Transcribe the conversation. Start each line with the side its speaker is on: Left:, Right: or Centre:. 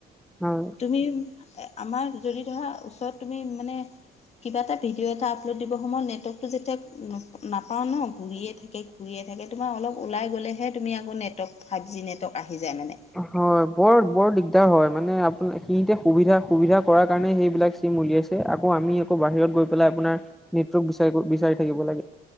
Centre: হয়।
Left: তুমি আমাৰ যদি ধৰা ওচৰত তুমি মানে। কিবা এটা ভিডিঅ' এটা আপলোড দিবৰ সময়ত নেটৱৰ্কটো যেতিয়া নাপাওঁ ন' ঘূৰিয়ে থাকে, ঘূৰিয়ে। ঘূৰিয়ে থাকে তোমাৰ অলপ ওলাই গ'লেহে তুমি আকৌ নেটৱৰ্ক। ফাইভ জি নেটৱৰ্ক আহি যায় মানে
Centre: হয় বৰ বৰ দিগদাৰ হয় মানে। সি তে সুবিধা -সুবিধা কৰাৰ কাৰণে সেইবিলাক চিম উলিয়াইছে আকৌ আমি আকৌ বাহিৰত গৈ পেলাই আপোনাৰ নেটৱৰ্ক বিচাৰ বিচাৰি থাকিব লাগে